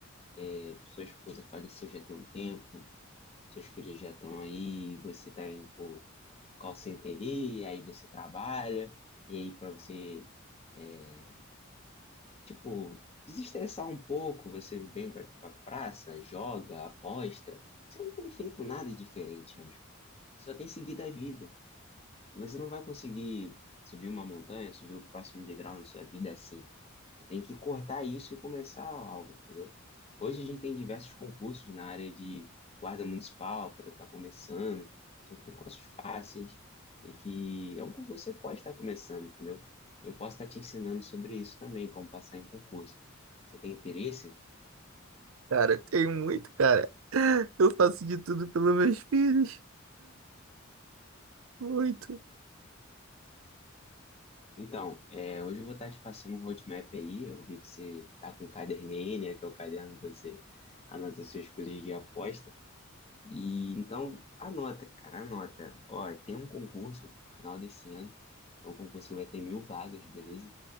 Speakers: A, on the left (about 30°); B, on the right (about 85°).
A: eh, sua esposa faleceu já tem um tempo, seus filhos já estão aí, você está indo pro call center ali, aí você trabalha, e aí para você. é, Tipo, desestressar um pouco, você vem pra, pra praça, joga, aposta. Você não tem feito nada diferente, Anjo. Você só tem seguido a vida. Você não vai conseguir subir uma montanha, subir o próximo degrau na sua vida assim. Você tem que cortar isso e começar algo, entendeu? Hoje a gente tem diversos concursos na área de guarda municipal para estar começando. São concursos fáceis e que é um concurso que você pode estar começando, entendeu? Eu posso estar te ensinando sobre isso também, como passar em concurso. Você tem interesse?
B: Cara, tem muito, cara. <laughs> Eu faço de tudo pelos meus filhos. Muito.
A: Então, é, hoje eu vou estar te passando um roadmap aí. Eu vi que você está com um caderninho, aí, né, que é o caderno que você anota as suas coisas de aposta. E então, anota, cara, anota. Ó, tem um concurso pro final desse ano. É um concurso que vai ter mil vagas, beleza?